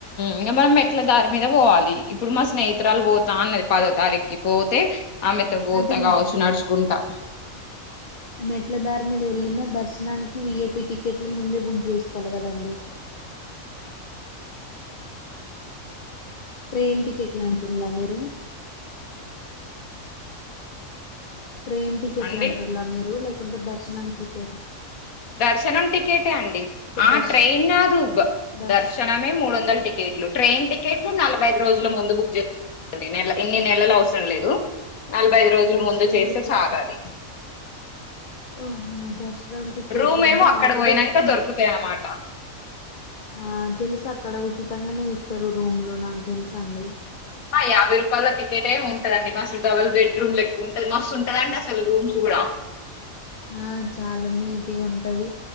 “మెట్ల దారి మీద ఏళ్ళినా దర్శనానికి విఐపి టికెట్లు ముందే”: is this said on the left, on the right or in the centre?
Left